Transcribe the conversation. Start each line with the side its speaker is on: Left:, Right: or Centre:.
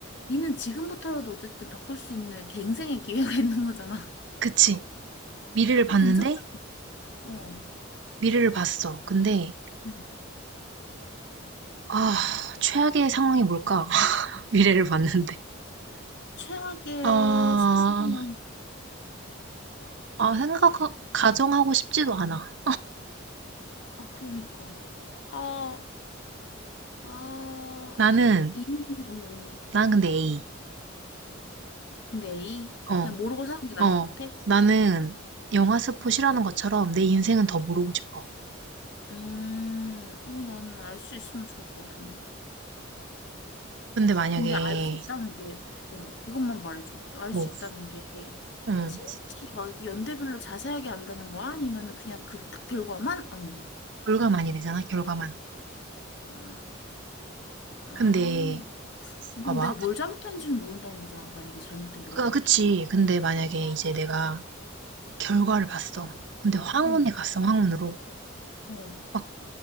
Left: 니는 지금부터라도 어쨌든 바꿀 수 있는 갱생의 기회가 <laughs> 있는 거잖아.
Right: 그치 미래를 봤는데
Left: 어, 괜찮다. 어.
Right: 미래를 봤어. 근데
Left: 음.
Right: 아 최악의 상황이 뭘까? <laughs> 미래를 봤는데
Left: 최악의
Right: 아,
Left: 상황은?
Right: 아 생각 가정하고 싶지도 않아.
Left: 아, 그러니까. 아, 아,
Right: 나는
Left: 이미, 어,
Right: 난 근데 A.
Left: 어. 근데 A?
Right: 어
Left: 그냥 모르고 사는 게 나을
Right: 어,
Left: 것 같아?
Right: 나는 영화 스포 싫어하는 것처럼 내 인생은 더 모르고 싶어.
Left: 음, 어, 나는 알 수 있으면 좋을 것 같은데.
Right: 근데 만약에,
Left: 아, 근데 알 수 있다는 게, 어, 이것만 말해줘. 알
Right: 뭐,
Left: 수 있다는 게,
Right: 응,
Left: 진짜 막 연대별로 자세하게 안다는 거야? 아니면은 그냥 그 딱 결과만 아는 거야?
Right: 결과만이 되잖아, 결과만.
Left: 아, 아.
Right: 근데,
Left: 그럼
Right: 봐봐.
Left: 내가 뭘 잘못했는지는 모른다는 거잖아. 만약에 잘못된 결과도.
Right: 아, 그치. 근데 만약에
Left: 아,
Right: 이제 내가 결과를 봤어. 근데 황혼에
Left: 어,
Right: 갔어, 황혼으로.
Left: 어.
Right: 막